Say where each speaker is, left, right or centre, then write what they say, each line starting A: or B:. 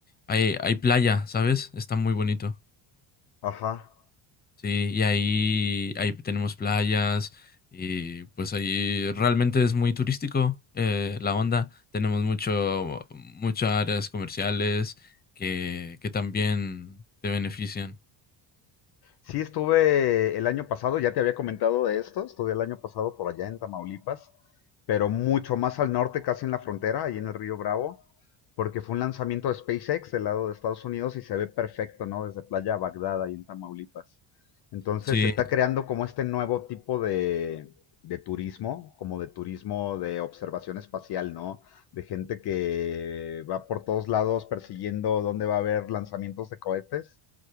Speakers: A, on the left; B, on the left.
A: hay, hay playa, ¿sabes? Está muy bonito.
B: Ajá.
A: Sí, y ahí, ahí tenemos playas y pues ahí realmente es muy turístico eh, la onda. Tenemos mucho, muchas áreas comerciales que, que también te benefician.
B: Sí, estuve el año pasado, ya te había comentado de esto, estuve el año pasado por allá en Tamaulipas, pero mucho más al norte, casi en la frontera, ahí en el Río Bravo, porque fue un lanzamiento de SpaceX del lado de Estados Unidos y se ve perfecto, ¿no? Desde Playa Bagdad, ahí en Tamaulipas. Entonces
A: Sí,
B: se está creando como este nuevo tipo de, de turismo, como de turismo de observación espacial, ¿no? De gente que va por todos lados persiguiendo dónde va a haber lanzamientos de cohetes